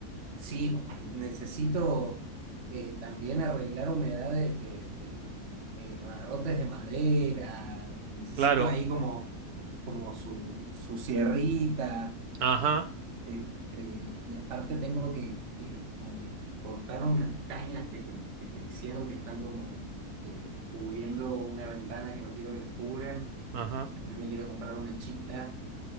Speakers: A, on the right; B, on the right.
A: Sí, necesito eh, también arreglar humedad de, de, de, eh, barrotes de madera. Necesito
B: Claro.
A: ahí como, como su, su sierrita.
B: Ajá,
A: Este, y aparte tengo que, que como que cortaron unas cañas que, cre- que crecieron, que están como eh, cubriendo una ventana que no quiero que les cubran.
B: ajá.
A: También me quiero comprar una chita,